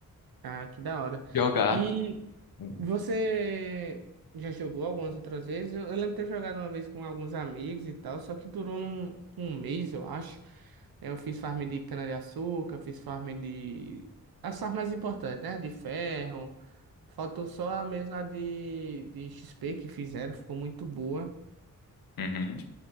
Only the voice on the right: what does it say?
Ah, que da hora.
E.
Você já jogou algumas outras vezes? Eu, eu lembro de ter jogado uma vez com alguns amigos e tal, só que durou num, um mês, eu acho. É, Eu fiz farm de cana-de-açúcar, fiz farm de. As farms mais importantes, né? De ferro. Faltou só a mesma de, de XP que fizeram, ficou muito boa.